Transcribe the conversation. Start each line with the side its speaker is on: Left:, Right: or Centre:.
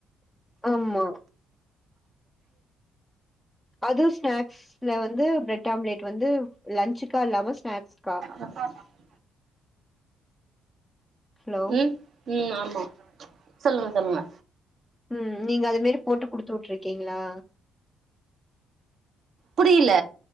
Centre: ஆமா அது ஸ்நாக்ஸ்ல வந்து பிரட் ஆம்லேட் வந்து லன்ச்சுக்கா இல்லாம ஸ்நாக்ஸ்க்கா
Right: <inaudible>
Centre: ஹலோ
Right: ம் ம் ஆமா சொல்லுங்க சொல்லுங்க
Centre: ம் நீங்க அது மாரி போட்டு குடுத்துட்ருக்கீங்களா
Right: புரியில